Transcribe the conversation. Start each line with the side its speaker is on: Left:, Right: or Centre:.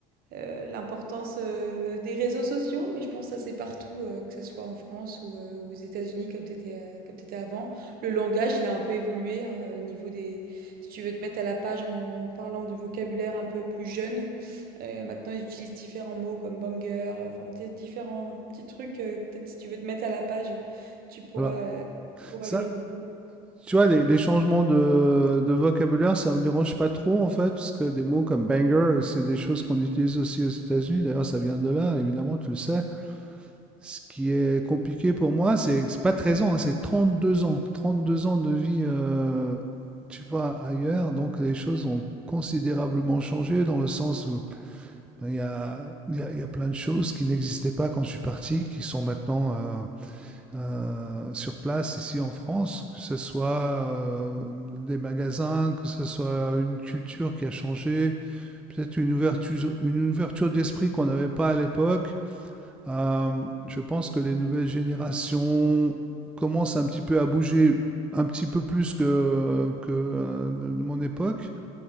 Right: euh, l'importance euh, des réseaux sociaux, mais je pense que ça c'est partout, euh, que ce soit en France ou euh, aux États-Unis comme tu étais, comme t'étais avant. Le langage, il a un peu évolué hein, au niveau des... Si tu veux te mettre à la page en, en parlant de vocabulaire un peu plus jeune, euh, maintenant ils utilisent différents mots comme banger, euh, enfin des- différents petits trucs, Euh, peut-être si tu veux te mettre à la page, tu pourras,
Centre: Voilà.
Right: euh, pourras
Centre: Ça,
Right: les réviser.
Centre: Tu vois, les, les changements de, de vocabulaire, ça me dérange pas trop en fait, parce que des mots comme banger, c'est des choses qu'on utilise aussi aux États-Unis. D'ailleurs, ça vient de là, évidemment, tu le sais. Ce qui est compliqué pour moi, c'est c'est pas 13 ans, hein, c'est deux ans. trente deux ans de vie, euh, tu vois, ailleurs. Donc, les choses ont considérablement changé dans le sens où ben, il y a, il y a- il y a plein de choses qui n'existaient pas quand je suis parti, qui sont maintenant euh, euh, sur place ici en France, que ce soit euh, des magasins, que ce soit une culture qui a changé, peut-être une ouverture, une ouverture d'esprit qu'on n'avait pas à l'époque. Euh, je pense que les nouvelles générations commencent un petit peu à bouger un petit peu plus que, que euh, de, de mon époque.